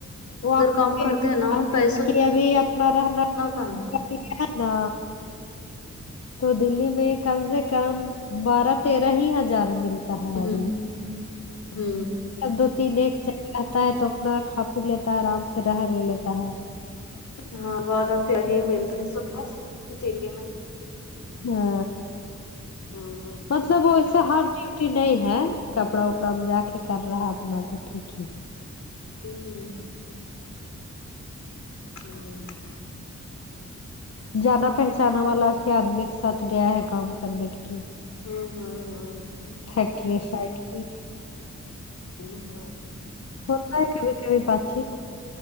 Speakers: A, on the left; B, on the left.
A: وہ
B: کام
A: <unintelligible>
B: کرتے ہیں نا پیسہ
A: ابھی اپنا رہنا
B: اتنا کہاں
A: کیا نا تو دلی میں کم سے کم بارت تیرہ ہی ہزار ملتا ہے
B: ہ
A: ابھی
B: ہ
A: دو تین ایک چائے رہتا ہے تو اپنا کھا پی لیتا ہے آرام رہ لیتا ہے
B: ہاں وہ عورت یہی مل رہی ہے سب کو دلی میں
A: اور
B: ہ
A: مطلب وہ اتنا ہارڈ ڈیوٹی نہیں ہے کپڑا وپڑا میں جا کے کر رہا ہے اپنا تو ٹھیک ہی ہے
B: ہوں ہوں
A: جانا پہچانا والا کے آدمی کے ساتھ گیا ہے کام کرنے کے لیے
B: ہوں ہوں ہوں
A: فیکٹری سائڈ میں
B: جی ہاں
A: ہوتا ہے کبھی کبھی بات چیت